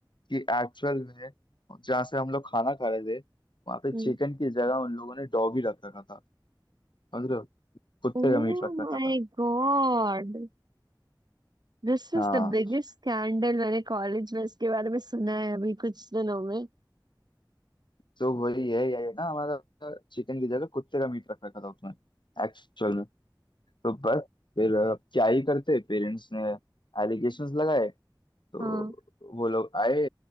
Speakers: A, on the left; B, on the right.
A: कि एक्चुअल में जहाँ से हम लोग खाना खा रहे थे वहां पे
B: हम्म
A: चिकन की जगह उन लोगों ने डॉगी रख रखा था मतलब कुत्ते
B: Oh
A: का मीट रख रखा
B: my
A: था
B: God this is
A: हाँ
B: the biggest scandal मैंने कॉलेज में इसके बारे में सुना है अभी कुछ दिनों में
A: तो वही है ये है ना हमारा चिकन की जगह कुत्ते का मीट रख रखा था उसमें एक्चुअल में तो बस फिर अ, क्या ही करते पेरेंट्स ने एलिगेशंस लगाए तो
B: हाँ
A: वो लोग आए